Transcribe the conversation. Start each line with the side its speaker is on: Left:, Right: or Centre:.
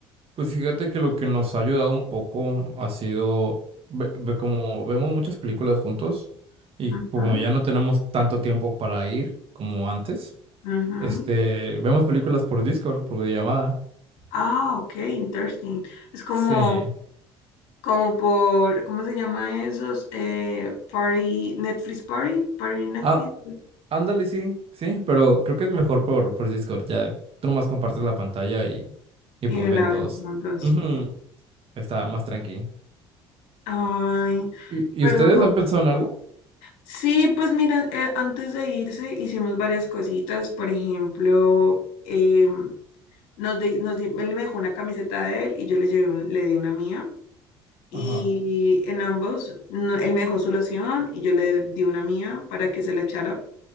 Right: Pues fíjate que lo que nos ha ayudado un poco ha sido, ve- ve- como vemos muchas películas juntos y
Left: Ujú,
Right: como ya no tenemos tanto tiempo para ir como antes,
Left: ujú.
Right: este, vemos películas por Discord, por videollamada.
Left: Ah, ok, interesting. Es como,
Right: Sí.
Left: como por, ¿cómo se llama esos? Eh, party, Netflix Party, Party Netflix.
Right: Ah, ándale, sí, sí, pero creo que es mejor por, por Discord. Ya tú nomás compartes la pantalla y, y
Left: Y
Right: pues ven
Left: la
Right: todos.
Left: ven juntos.
Right: Ujú, Está más tranqui.
Left: Ay,
Right: ¿Y, y
Left: perdón.
Right: ustedes han pensado en algo?
Left: Sí, pues mira, eh, antes de irse hicimos varias cositas, por ejemplo, em, Nos di- nos di- él me dejó una camiseta de él y yo le llevé un- le di una mía. Y
Right: Ajá.
Left: en ambos, no- él me dejó su loción y yo le di una mía para que se la echara.